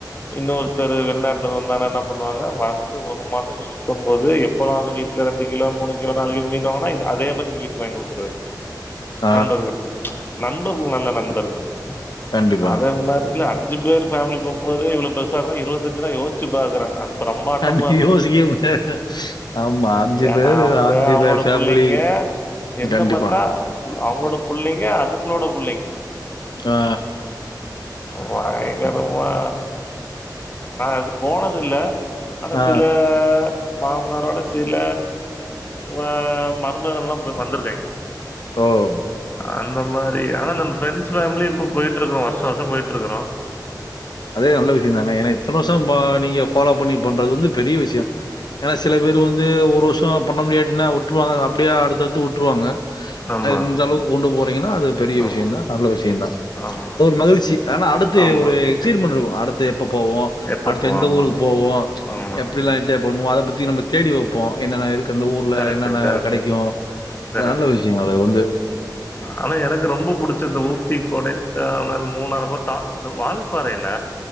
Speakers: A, on the left (about 30°); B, on the left (about 70°).
A: இன்னொருத்தர் வெளிநாட்ல இருந்து வந்தாங்கன்ன என்ன பண்ணுவாங்க வந்து ஒரு மாசோ இங்க சுத்தும் போது போலவாங்க வீட்டுல ரெண்டு கிலோ மூணு கிலோ நாலு கிலோ மீனு வாங்குனா அதே மாரி எங்க வீட்டுக்கு வாங்கி குடுத்துருவாரு
B: ஆ.
A: நண்பர் வீட்டுக்கு நண்பர்கள் நல்ல நண்பர்கள்
B: கண்டிப்பா.
A: அதே மாரி இல்ல அஞ்சு பேரு ஃபேமிலி போம்போதே இவ்ளோ பெருசான்னா இருவத்தஞ்சுனா யோசுச்சு பாக்குறே ப்ரம்மாண்டமா
B: கண்டி
A: இருக்கு
B: யோசிக்கவே முடியாது. ஆமா.
A: ஏன்னா
B: பேரு
A: அவுங்க அவுங்களோட
B: பேர் ஃபேமிலி.
A: புள்ளைங்க எந்த
B: கண்டிப்பா.
A: மாரினா அவுங்களோட புள்ளைங்க அதுங்களோட புள்ளைங்க
B: அ ஆ
A: பயங்கரமா நா அது போனதுல்ல ஆனா
B: ஆ.
A: சில மாமனாரோட சில ம மருமகள்லா போய் வந்துருக்காங்க
B: ஓவ்
A: அந்த மாரி ஆனா நம்ம ஃப்ரெண்ட்ஸ் ஃபேமிலி இப்ப போயிட்ருக்குறோ வருஷா வருஷோ போயிட்ருக்குறோ இருக்கறோம்
B: அதே நல்ல விஷயந்தானே ஏன்னா இத்தன வருஷோ பா நீங்க ஃபாலோ பண்ணி பண்றது வந்து பெரிய விஷ்யோ ஏன்னா சில பேரு வந்து ஒரு வருஷோ பண்ண முடியாட்டினா உட்ருவாங்க அது அப்டியே அடுத்தடுத்து உட்ருவாங்க
A: ம் ஆமா
B: அத இந்த அளவுக்கு கொண்டு போறீங்கன்னா அது பெரிய
A: ஆமா
B: விஷயந்தா நல்ல விஷயந்தா
A: ஆமா
B: அது ஒரு மகிழ்ச்சி ஆனா அடுத்து
A: ஆமா
B: ஒரு எக்சைட்மென்ட் இருக்கு அடுத்து எப்ப போவோ
A: எப்போ
B: அடுத்து
A: போவோம்
B: எந்த
A: ஆமா
B: ஊருக்கு போவோ
A: ஆமா
B: எப்டி எல்லா என்ஜாய் பண்ணுவோ அத பத்தி நம்ம தேடி வப்போ என்னன்ன இருக் க்கு அந்த ஊர்ல
A: கரெக்டு
B: என்னென்ன
A: கரெக்டு
B: கெடைக்கு
A: கரெக்டு
B: அது நல்ல விஷயொங்க அது வந்து
A: ஆனா எனக்கு ரொம்ப புடுச்சது இந்த ஊட்டி கொடைக்கானல் மூணார் போட்டோ அந்த வாழ்பாறையில